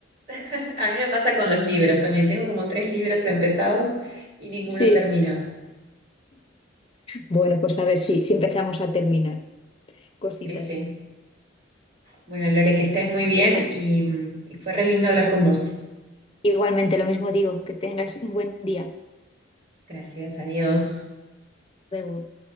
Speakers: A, on the right; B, on the left.
A: <laughs> A mí me pasa con los libros también. Tengo como tres libros empezados y ninguno
B: Sí,
A: terminado.
B: bueno, pues a ver si, si empezamos a terminar cositas.
A: Sí, sí. Bueno, Lore, que estés muy bien
B: Bueno,
A: y, mm, y fue re lindo hablar con vos.
B: igualmente lo mismo digo, que tengas un buen día. Hasta
A: Gracias, adiós.
B: Luego.